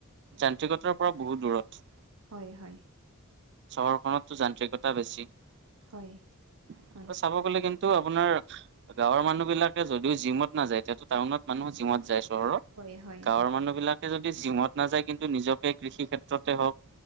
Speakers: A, on the right (about 55°); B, on the right (about 85°).
A: যান্ত্ৰিকতাৰ পৰা বহুত দূৰত।
B: হয় হয়।
A: চহৰখনততো যান্ত্ৰিকতা বেছি আৰু
B: হয় হয়
A: চাব গলে কিন্ তো আপোনাৰ গাঁৱৰ মানুহ বিলাকে যদিও জিমত নাযায় এতিয়াটো টাউনত মানুহ জিমত যায় চহৰৰ
B: হয় হয় হয় হয়
A: গাঁৱৰ মানুহ বিলাকে যদি জিমত নাযায় কিন্তু নিজকে কৃষি ক্ষেত্ৰতে হওক